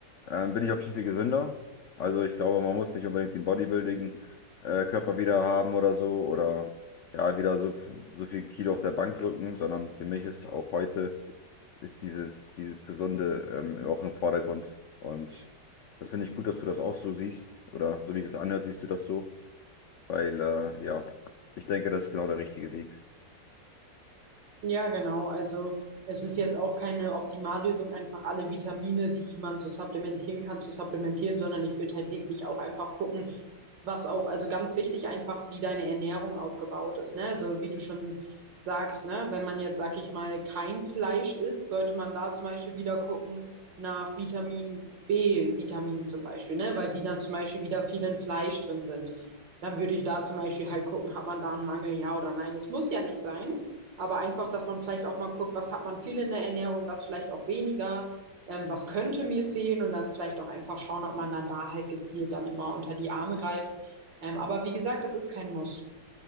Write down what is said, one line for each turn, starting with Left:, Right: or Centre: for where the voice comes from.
Left: ähm, bin ich auch viel, viel gesünder. Also ich glaube, man muss nicht unbedingt den Bodybuilding-Körper wieder haben oder so oder ja, wieder so, f- so viel Kilo auf der Bank drücken, sondern für mich ist auch heute ist dieses, dieses Gesunde ähm, auch im Vordergrund. Und das finde ich gut, dass du das auch so siehst oder so wie es sich anhört, siehst du das so, weil äh, ja, ich denke, das ist genau der richtige Weg.
Right: Ja, genau. Also es ist jetzt auch keine Optimallösung, einfach alle Vitamine, die man so supplementieren kann, zu supplementieren, sondern ich würde halt wirklich auch einfach gucken, was auch, also ganz wichtig einfach, wie deine Ernährung aufgebaut ist, ne? Also wie du schon sagst, ne? Wenn man jetzt, sag ich mal, kein Fleisch isst, sollte man da zum Beispiel wieder gucken nach Vitamin B, Vitaminen zum Beispiel, ne? Weil die dann zum Beispiel wieder viel in Fleisch drin sind. Dann würde ich da zum Beispiel halt gucken, hat man da einen Mangel, ja oder nein. Es muss ja nicht sein. Aber einfach, dass man vielleicht auch mal guckt, was hat man viel in der Ernährung, was vielleicht auch weniger, ähm, was könnte mir fehlen und dann vielleicht auch einfach schauen, ob man dann da halt gezielt dann immer unter die Arme greift. Ähm, aber wie gesagt, das ist kein Muss.